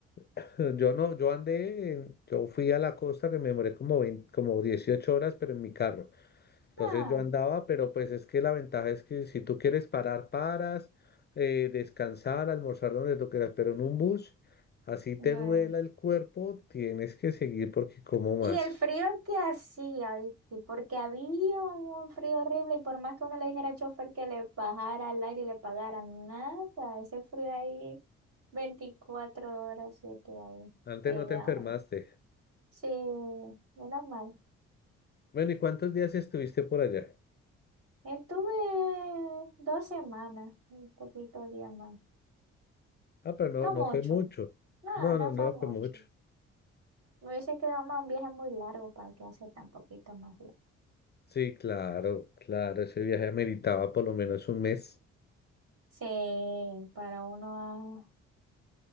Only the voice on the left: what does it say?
<laughs> Yo no, yo andé, en- yo fui a la costa que me demoré como 20 como 18 horas, pero en mi carro. Entonces
yo andaba, pero pues es que la ventaja es que si tú quieres parar, paras, eh, descansar, almorzar donde tú quieras, pero en un bus, así te
duela el cuerpo, tienes que seguir porque como más.
Antes
no te enfermaste.
Bueno, ¿y cuántos días estuviste por allá?
Ah, pero no,
no
fue mucho.
No, no,
no
fue mucho.
Sí, claro, claro, ese viaje ameritaba por lo menos un mes.